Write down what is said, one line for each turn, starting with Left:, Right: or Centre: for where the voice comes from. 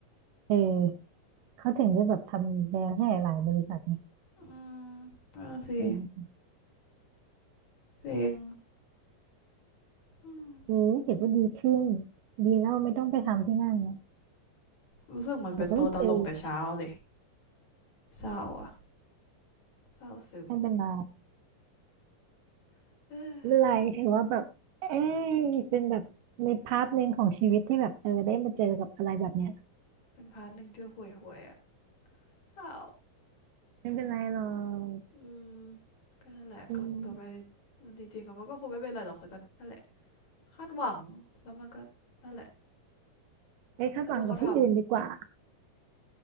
Right: เออเขาถึงจะแบบทำแบรนด์ให้หลายๆบริษัทไง
Left: อืมนั่ะสิ
Right: อืม
Left: เซ็งอืม
Right: เออเดี๋ยวก็ดีขึ้นดีแล้วไม่ต้องไปทำที่นั่นนะ
Left: รู้สึกเหมือนเป็นตัวตลกแต่เช้าเลย
Right: เดี๋ยวก็ได้เจอ
Left: เศร้าอะเศร้าซึม
Right: ไม่เป็นไร
Left: <laughs> เออ
Right: ไม่เป็นไรถือว่าแบบเอ้ยเป็นแบบในพาร์ทหนึ่งของชีวิตที่แบบเออได้มาเจอกับอะไรแบบเนี้ย
Left: เป็นพาร์ทหนึ่งที่ห่วยห่วยออะเศร้า
Right: ไม่เป็นไรหรอก
Left: อืมก็นั่นแหละก็คงจะไป
Right: อืม
Left: มันจริงๆก็มันก็คงไม่เป็นไรหรอกแต่ก็นั่นแหละ คาดหวังแล้วมันก็นั่นแหละ
Right: ไปคาดหวังกับที่อื่นดีกว่า
Left: แล้วดูเขาทำ